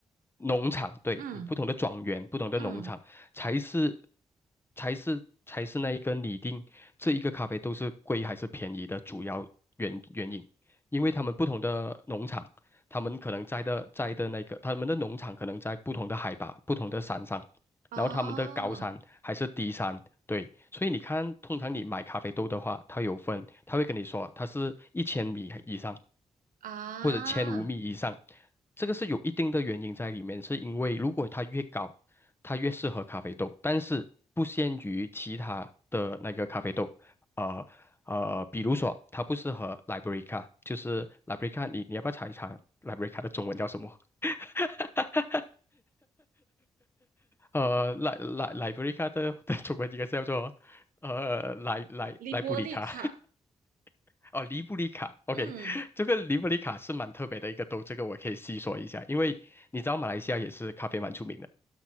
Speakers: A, on the left; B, on the right.
A: 农场，对，
B: 嗯
A: 不同的庄园，不同的农场才是
B: 嗯，
A: 才是才是那一个拟定这一个咖啡豆是贵还是便宜的主要原原因，因为他们不同的农场，他们可能栽的栽的那个他们的农场可能在不同的海拔、不同的山上，
B: 哦。
A: 然后他们的高山还是低山。对，所以你看，通常你买咖啡豆的话，它有分，它会跟你说它是一千米以上，
B: 啊，
A: 或者千五米以上，这个是有一定的原因在里面，是因为如果它越高，它越适合咖啡豆，但是不限于其他的那个咖啡豆，呃呃，比如说它不适合 Liberica，就是 Liberica，你你要不要查一查 Liberica 的中文叫什么？<laughs> 呃，来来来，布里卡的 <laughs> 的中文應該是叫做呃萊萊萊布里卡
B: 利波利卡，
A: <laughs> 哦，黎布里卡。OK，
B: 嗯，
A: 这个黎布里卡是蛮特别的一个豆，这个我可以细说一下，因为你知道马来西亚也是咖啡蛮出名的，